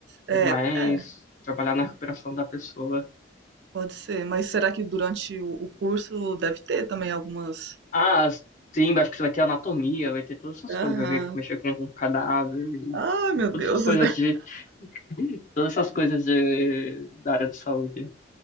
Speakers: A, on the right; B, on the left.
A: É,
B: É mais
A: é,
B: trabalhar na recuperação da pessoa.
A: pode ser. Mas será que durante o, o curso deve ter também algumas.
B: Ah, sim, acho que você vai ter anatomia, vai ter todas essas
A: Aham.
B: coisas, vai ver mexer com um cadáver e
A: Ah, meu Deus,
B: todas essas coisas
A: <laughs>
B: de <laughs> todas essas coisas de, da área de saúde.